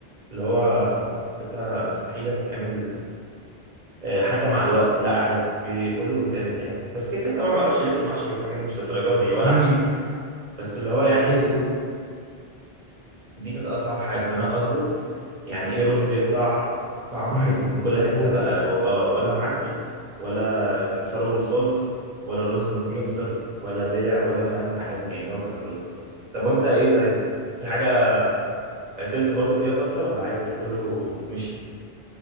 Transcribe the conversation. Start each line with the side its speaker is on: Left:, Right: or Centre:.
Right: اللي هو حسيتها مستحيله تتعمل آه، حتى مع الوقت لا عادي بي كله بيتعمل يعني بس كده كده طبعا ما اعرفش الف محشي والحاجات دي مش للدرجه دي ولا
Left: امم
Right: احشي بس اللي هو يعني
Left: ايوه بالظبط
Right: دي كانت اصعب حاجه ان انا اظبط يعني ايه رز يطلع طعمه
Left: امم
Right: حلو من كل
Left: مظبوط
Right: حته بقى
Left: كده
Right: و- اه ولا معجن ولا مفرول خالص ولا الرز متكسر
Left: امم
Right: ولا دلع ولا فاهم الحاجات دي يعني هو كان الرز بس طب وانت ايه طيب في حاجه عطلت برضو فيها فتره ولا عادي كله مشي